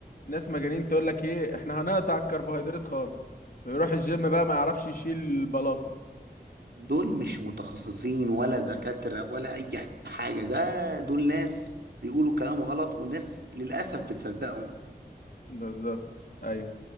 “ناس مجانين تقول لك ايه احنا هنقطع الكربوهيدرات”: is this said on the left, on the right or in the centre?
Left